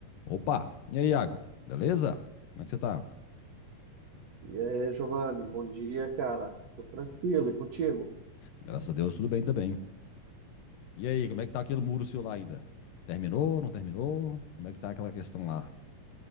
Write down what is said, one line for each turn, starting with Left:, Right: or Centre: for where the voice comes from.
Left: Opa, e aí, Iago? Beleza? Como é que você tá?
Right: E aí, Giovanni, bom dia, cara. Tô tranquilo e contigo?
Left: Graças a Deus, tudo bem também. E aí, como é que tá aquele muro seu lá ainda? Terminou, não terminou? Como é que tá aquela questão lá?